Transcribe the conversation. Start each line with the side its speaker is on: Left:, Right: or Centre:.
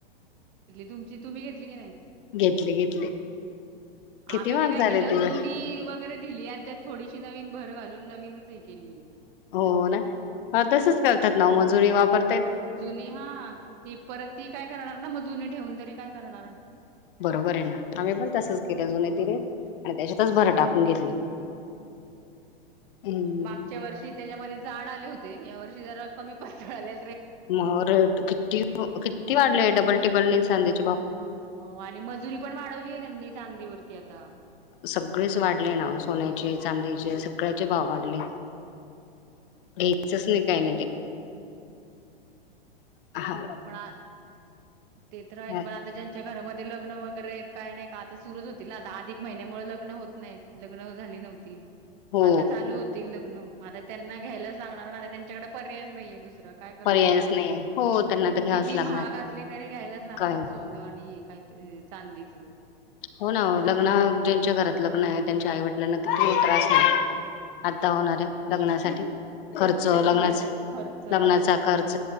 Right: तमची तुम्ही घेतली की नाही.
Left: घेतले घेतले किती
Right: आम्ही
Left: महाग
Right: तर काय
Left: झाले
Right: केलं
Left: ते
Right: जुनी वगैरे दिली आणि त्या थोडीशी नवीन भर घालून नवीनच हे केली आहे.
Left: हो तसच करतात ना मजुरी वापर
Right: जुनी हा ती परत ती काय करणार ना मग जुनी ठेऊून तरी काय करणार.
Left: बरोबर आहे ना आम्ही पण तसेच केल्या जुने दिने, आणि त्याच्यातच भरं टाकून घेतली. हम्म.
Right: मागच्या वर्षी त्याच्यामध्ये झाड आले होते या वर्षी जरा कमी पातळ आल्या.
Left: मर किती किती वाढले डबल टिबल न सांध <unintelligible>
Right: हो आणि मजुरी पण वाढवली आहे त्यांनी चांदीवरती आता
Left: सगळेच वाढले ना, सोन्याचे, चांदीचे, सगळ्या- भाव वाढले, घ्यायचच नाही काही नाही ते हा. <unintelligible>
Right: पळ <unintelligible> ते तर आहेच,
Left: हा.
Right: पण आता ज्यांच्या घरामध्ये लग्न वगैरे काय नाही का आता सुरूच होतील ना आता आधिक- महिन्यामुळे लग्न होत नाही लग्न झाली नव्हती
Left: हो
Right: आता चालू होतील लग्न म आता त्यांना घ्यायलाच लागणार नाही त्यांच्याकडे पर्यायच नाहीय दस काय काणार
Left: पर्यायच नाही हो त्यांना तर घ्यावच
Right: किती
Left: लागणार
Right: महाग अस कुठली तरी घ्यायलाच लागणार
Left: काय
Right: सोनं आणि हे काही चांदीच
Left: हो ना लग्न ज्यांच्या घरात लग्न आहे त्यांच्या आईवडिलांना किती त्रास आहे. आता होणाऱ्या लग्नासाठी. खर्च
Right: आता तेच
Left: लग्ना
Right: ना ते खर्च
Left: लग्नाचा खर्च